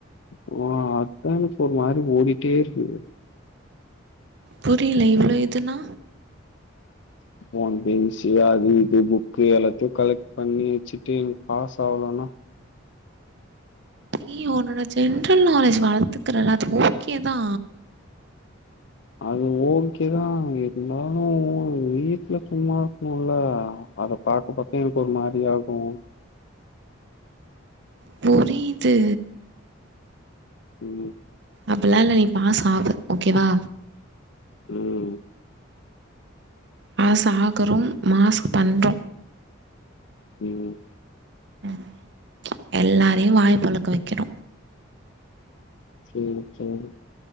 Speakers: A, on the left (about 60°); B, on the right (about 55°).
A: இப்போ அதா எனக்கு ஒரு மாரி ஓடிட்டே இருக்கு
B: புரியல இவ்ளோ இதுனா
A: நா வந்து எம் சி ஏ அது இது புக்கு எல்லாத்தையு கலெக்ட் பண்ணி வெச்சுட்டு பாஸ் ஆவுலனா
B: ஏ ஒன்னோட ஜென்ரல் நாலேஜ் வளத்துக்கிறேல அது ஓகே தா
A: அது ஓகே தா இருந்தாலு வீட்ல சும்மா இருக்கணுல அத பாக்க பாக்க எனக்கு ஒரு மாரி இதாகு
B: புரியுது
A: ம்
B: அப்பில்லா இல்ல நீ பாஸ் ஆவ ஓகேவா
A: ம்
B: பாஸ் ஆகுறோம் மாஸ்க் பண்றோ
A: ம்
B: ம் எல்லாரையு வாய பொலக்க வெக்குறோ
A: செரி செரி